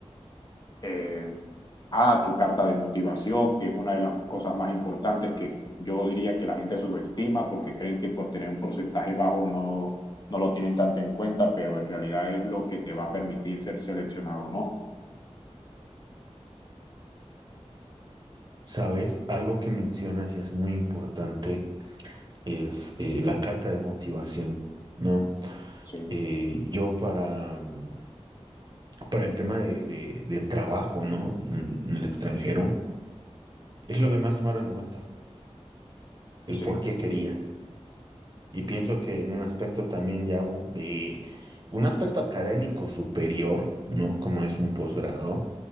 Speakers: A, on the left; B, on the right.
A: eh, a tu carta de motivación, que es una de las cosas más importantes que yo diría que la gente subestima porque creen que por tener un porcentaje bajo no, no lo tienen tanto en cuenta, pero en realidad es lo que te va a permitir ser seleccionado o no.
B: ¿Sabes? Algo que mencionas y es muy importante es eh, la carta de motivación, ¿no?
A: Sí,
B: Eh, yo para... mm, para el tema de, de- de trabajo, ¿no? En, en el extranjero, es lo que más tomaron en cuenta, el
A: sí,
B: por qué quería. Y pienso que en un aspecto también ya u- de un aspecto académico superior, ¿no? Como es un posgrado,